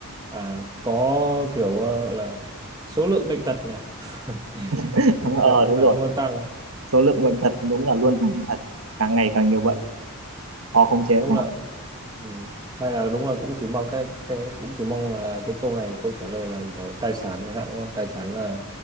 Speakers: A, on the right; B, on the right.
A: à có kiểu ờ, gọi là số lượng bệnh tật nhỉ <laughs>
B: <laughs>
A: bệnh
B: Ờ,
A: tật lúc
B: đúng
A: nào
B: rồi.
A: cũng luôn tăng
B: Số lượng bệnh thật đúng là luôn tăng thật. Càng ngày càng nhiều bệnh. Khó khống chế
A: đúng
B: quá.
A: là ừ. hay là đúng là cũng chỉ mong cái cái cũng chỉ mong là cái câu này câu trả lời là kiểu tài sản chẳng hạn đúng không tài sản là